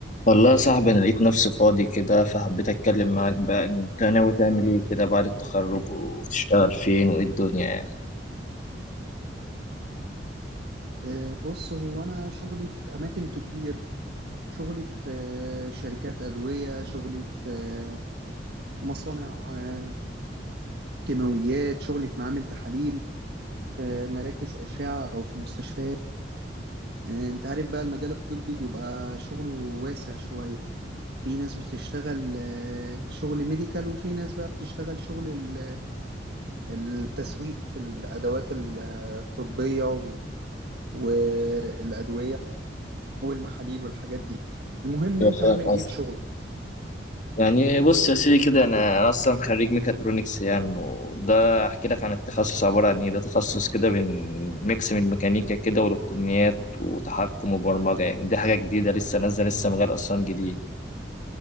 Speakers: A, on the left; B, on the right.
A: والله يا صاحبي أنا لقيت نفسي فاضي كده فحبيت أتكلم معاك بقى أنت ناوي تعمل إيه كده بعد التخرج وتشتغل فين وإيه الدنيا يعني
B: آه، بص هو أنا شغلي في أماكن كتير شغلي في آه، شركات أدوية شغلي في آه، مصانع آه، كيماويات شغلي في معامل تحاليل في مراكز أشعة أو في مستشفيات آه، أنت عارف بقى المجال الطبي بيبقى شغله واسع شوية في ناس بتشتغل آه، شغل ميديكال وفي ناس بقى بتشتغل شغل ال- التسويق في الأدوات الطبية و- والأدوية والمحاليل والحاجات دي المهم
A: أيوة
B: أنت
A: فاهم
B: عامل
A: قصدي
B: إيه في شغلك؟
A: يعني بص يا سيدي كده أنا أنا أصلا خريج ميكاترونكس يعني وده أحكي لك عن التخصص عبارة عن إيه ده تخصص كده بين ميكس من ميكانيكا كده وإلكترونيات وتحكم وبرمجة يعني دي حاجة جديدة لسه نازلة لسه مجال أصلا جديد